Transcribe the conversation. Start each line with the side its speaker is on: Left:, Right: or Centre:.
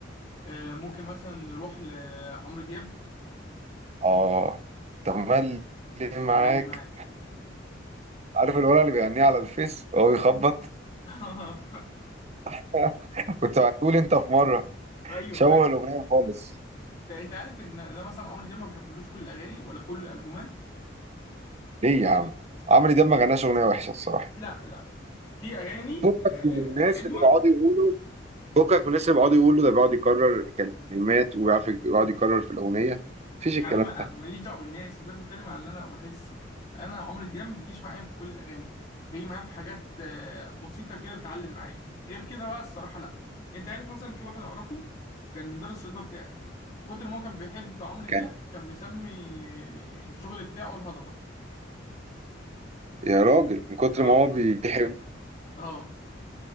Left: آه ممكن مثلا نروح لعمرو دياب
Right: اه تملي معاك
Left: تملي معاك
Right: عارف الولد اللي بيغنيها على الفيس وهو بيخبط
Left: <laughs>
Right: <laughs> كنت بعتهولي انت في مره
Left: ايوه
Right: شوه
Left: فاكر
Right: الاغنيه خالص
Left: انت أنت عارف ان انا مثلا عمرو دياب ما بحبلوش كل الاغاني ولا كل الالبومات
Right: ليه يا عم عمرو دياب ما غناش اغنيه وحشه الصراحه
Left: لا لا لا في اغاني
Right: فكك
Left: آه،
Right: من الناس
Left: حلوه
Right: اللي بيقعدوا يقولوا فكك من الناس اللي بيقعدوا يقولوا ده بيقعد يكرر كلمات وبيعرف يقعد يكرر في الاغنيه مفيش
Left: يا
Right: الكلام
Left: عم ما- ماليش دعوه بالناس أنا دلوقتي بتكلم على اللي انا بحسه انا عمرو دياب ما بيجيش معايا في كل الاغاني بيجي معايا في حاجات آه، بسيطه كده بتعلم معايا غير كده بقى الصراحه لا انت عارف مثلا في واحد اعرفه كان مدرس الرياضه بتاعي من كتر ما هو كان بيحب عمرو دياب
Right: كان
Left: كان مسمي الشغل بتاعه الهضبه
Right: يا راجل من كتر
Left: اه
Right: ما هو
Left: والله
Right: بيحب
Left: اه